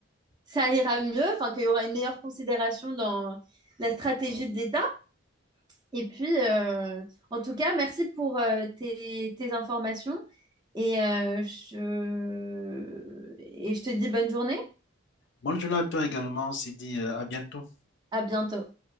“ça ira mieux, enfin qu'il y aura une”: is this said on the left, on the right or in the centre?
Right